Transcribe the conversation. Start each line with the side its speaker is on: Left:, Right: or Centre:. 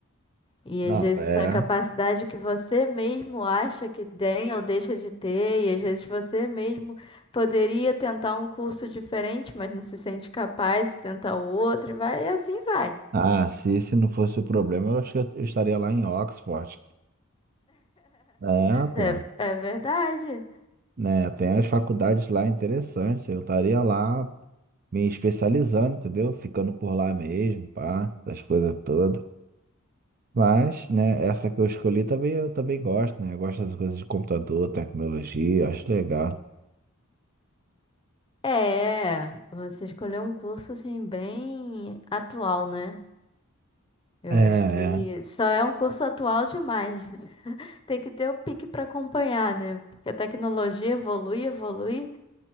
Left: e
Right: Não,
Left: às vezes
Right: é.
Left: a capacidade que você mesmo acha que tem ou deixa de ter, e às vezes você mesmo poderia tentar um curso diferente, mas não se sente capaz, de tentar o outro, e vai, e assim vai.
Right: Ah, se esse não fosse o problema, eu acho que eu estaria lá em Oxford. É, pô.
Left: É, é verdade.
Right: Né, tem as faculdades lá interessantes. Eu estaria lá me especializando, entendeu? Ficando por lá mesmo, pá, essas coisas todas. Mas, né, essa que eu escolhi também eu também gosto, né? Eu gosto das coisas de computador, tecnologia, acho legal.
Left: É, você escolheu um curso assim bem atual, né? Eu
Right: É,
Left: acho
Right: é.
Left: que só é um curso atual demais. Tem que ter o pique para acompanhar, né? Porque a tecnologia evolui, evolui.